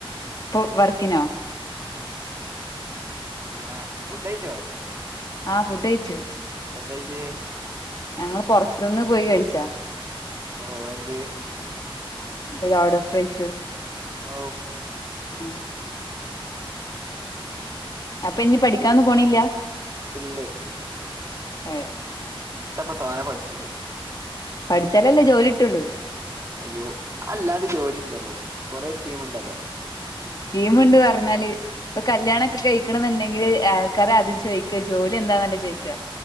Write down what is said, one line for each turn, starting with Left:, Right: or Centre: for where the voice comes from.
Left: ഇപ്പൊ വർക്കിനോ
Right: ആഹ് ഫുഡ്ഡയിച്ചോ
Left: ആഹ് ഫുഡ്ഡ് കയിച്ചു
Right: എന്താകയിച്ചേ
Left: ഞങ്ങള് പൊറത്ത്ന്ന് പോയി കഴിച്ചാ.
Right: ഓ എന്ത്‌
Left: ലോഡഡ് ഫ്രൈസ്.
Right: ഔ
Left: ഹ. അപ്പൊ ഇനി പഠിക്കാനൊന്ന് പോണില്ല
Right: ഇല്ലേ
Left: ഏ
Right: ഇത്തപ്പ തോനെ പഠിച്ചിട്ട്
Left: പഠിച്ചാലല്ലേ ജോലി ഇട്ടൊള്ളു
Right: അയ്യോ അല്ലാതെ ജോലി ഉണ്ടല്ലോ കൊറെ സ്കീം ഉണ്ടല്ലോ
Left: സ്കീംമ്ണ്ട് പറഞ്ഞാല് ഇപ്പൊ കല്ല്യാണംഒക്കെ കഴിക്കണം എന്നുണ്ടെങ്കില് ആൾക്കാര് ആദ്യം ചോയിക്ക ജോലി എന്താന്നല്ലെ ചോദിക്കാ